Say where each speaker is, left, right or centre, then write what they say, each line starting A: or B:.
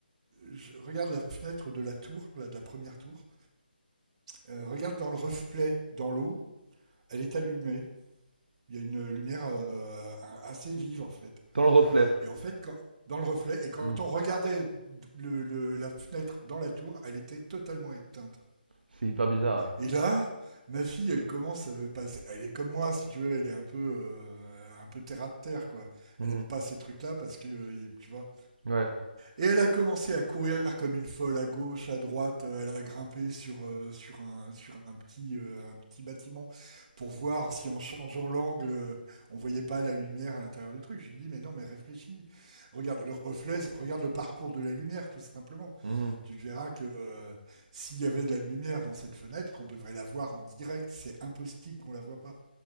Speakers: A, on the right; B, on the right.
A: je regarde la fenêtre de la tour, là, de la première tour. Euh, regarde dans le reflet, dans l'eau, elle est allumée. Il y a une lumière euh, assez vive en fait.
B: Dans le reflet.
A: Et en fait, quand, dans le reflet, et quand
B: Hmm.
A: on regardait le- le- la fenêtre dans la tour, elle était totalement éteinte.
B: C'est hyper bizarre.
A: Et là, ma fille, elle commence, euh, pas- elle est comme moi, si tu veux, elle est un peu, euh, un peu terre à terre, quoi.
B: Ouais.
A: Elle
B: Mhm.
A: aime pas ces trucs-là parce que, euh, tu vois,
B: Ouais.
A: et elle a commencé à courir comme une folle à gauche, à droite. Euh, Elle a grimpé sur, euh, sur, un, sur un, petit, euh, un petit bâtiment pour voir si en changeant l'angle, euh, on voyait pas la lumière à l'intérieur du truc. Je lui ai dit, mais non, mais réfléchis. Regarde le reflet, regarde le parcours de la lumière, tout simplement.
B: Mhm.
A: Tu verras que euh, s'il y avait de la lumière dans cette fenêtre, on devrait la voir en direct. C'est impossible qu'on la voit pas.